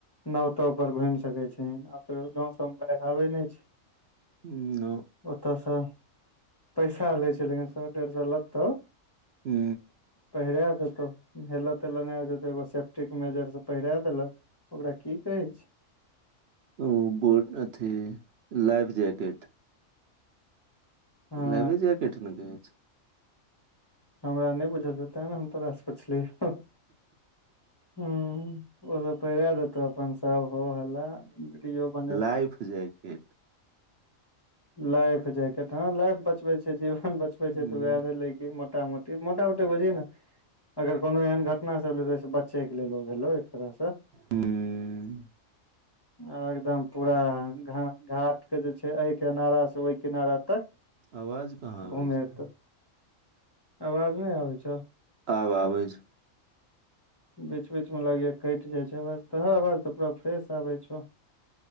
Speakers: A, on the left (about 25°); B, on the right (about 60°).
A: नाव ताव पर घुम सके छै आब तऽ गाँं सब में बाढ़ आबे नहि छै
B: हू
A: ओतयसँ पैसा लै छै लेकिन सए डेढ़ सए लत्तौ
B: हू
A: पहिरा देतौ हेलऽ तेलऽ नहि हो जेतौ एगो सेफ्टीके मेजर से पहिरा देलक ओकरा की कहै छै
B: ओ बो अथी लाइफ जैकेट
A: हँ
B: लाइबे जैकेट नऽ कहै छै
A: हमरा नहि बुझल छ‌उ तय नऽ हम तोराासँ पुछलियौ हू ओ सब पहिरा देतो अपन सब हो हल वीडियो बने
B: लाइफजैकेट केट
A: लाइफ जैकेट ह लाइफ बचबे छै जीवन बचबे
B: हूँ
A: छै त वएह भेलै की मोटा मोटी मोटामोटी बुझही नऽ अगर कोनो एहन घटना सब भलो तऽ ओय सऽ बचे कऽ लेल ओ भलौ एक तरह सँ
B: हूँ
A: एकदम पूरा घाट के जे छै एय किनारा से ओहि किनारा तक
B: आवाज कहाँ आबै
A: घुमेत
B: छै
A: आवाज नहि आबै छौ
B: आब आबै छौ
A: बीच बीच में लग‌ए कट‌ए जाइ छै आवाज तोहर आवाज तऽ पूरा फ्रेश आबे छौ